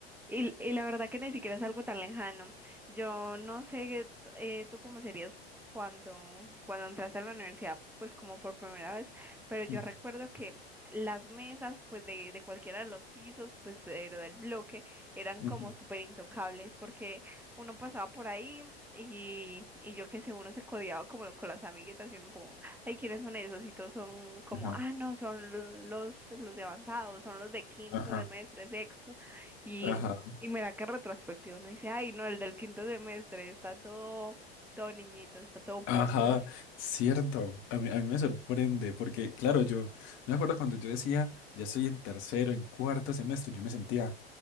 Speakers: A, in the centre; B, on the left (about 40°).
A: Y, y la verdad que ni siquiera es algo tan lejano. Yo no sé, qué- eh, tú cómo serías cuando, cuando entraste a la universidad, pues como por primera vez, pero yo
B: Ujú,
A: recuerdo que las mesas, pues de, de cualquiera de los pisos, pues pero del bloque, eran
B: ujú,
A: como súper intocables porque uno pasaba por ahí y, y yo qué sé, uno se codeaba como con las amiguitas y uno como, ay, ¿quiénes son esos? Y todos son como,
B: Ajá,
A: ah, no, son los, los de avanzados, son los de quinto,
B: ajá,
A: de mes, sexto. Y,
B: ajá,
A: y mira que en retrospectiva uno dice, ay, no, el del quinto semestre está todo, todo niñito, está todo
B: ajá,
A: pollo.
B: cierto. A mí, a mí me sorprende porque, claro, yo me acuerdo cuando yo decía, ya estoy en tercero, en cuarto semestre, yo me sentía